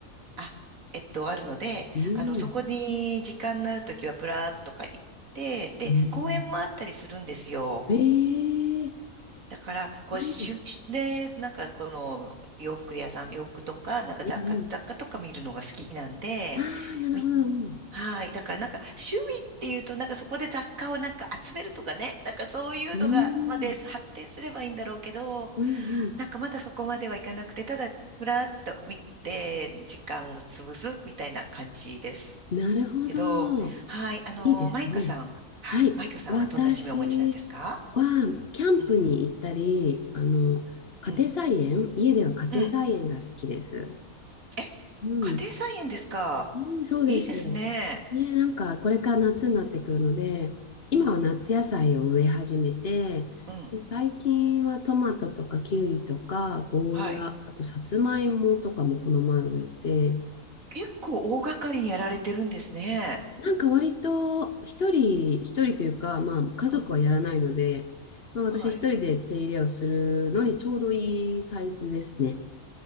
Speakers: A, on the right; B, on the left.
A: あ、えっと、あるので、
B: うん。
A: あの、そこに時間のあるときはプラーっとか行って、で、
B: うん。
A: 公園もあったりするんですよ。
B: ええ
A: だから、こう、
B: うん。
A: しゅ、しで、なんかこの洋服屋さん、洋服とか、なんか雑貨、
B: ええ
A: 雑貨とか見るのが好きなんで、
B: ああ、なるほど。
A: 見
B: うん。
A: はい。だからなんか趣味っていうとなんかそこで雑貨をなんか集めるとかね。なんかそういうのがまで発展すればいいんだろうけど、
B: うーん。うんうん。
A: なんかまだそこまではいかなくて、ただふらっと見て時間を潰すみたいな感じです。
B: なるほど。
A: けど、はい。あのマイカさん。
B: いいですね。
A: はい。
B: はい。
A: マイカさんはどんな趣味をお持ちなんですか
B: 私は、キャンプに行ったり、
A: うん。
B: あの、家庭菜園、
A: うん。
B: 家では家庭菜園が好きです。
A: うん。え、
B: うん。
A: 家庭菜園ですか
B: うん、そうです。
A: いいですね。
B: ね、なんか、これから夏になってくるので、今は夏野菜を植え始めて、
A: うん。うん。
B: で、最近はトマトとかキュウリとか、ゴーヤ、
A: はい。
B: あとさつまいもとかもこの前植えて、
A: 結構大掛かりにやられてるんですね。
B: なんか割と一人、一人というか、まあ家族はやらないので、
A: うん。
B: まあ私一人で手入れをするのにちょうどいいサイズですね。
A: はい。